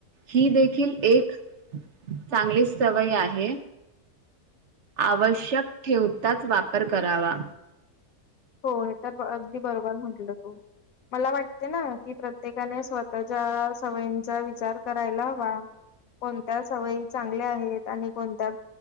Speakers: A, on the right; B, on the left.
A: ही देखील एक चांगलीच सवय आहे. आवश्यक ठेवताच वापर करावा.
B: हो हे तर अगदी बरोबर म्हटलं तू. मला वाटते ना कि प्रत्येकाने स्वतःच्या सवयींचा विचार करायला हवा. कोणत्या सवयी चांगल्या आहेत आणि कोणत्या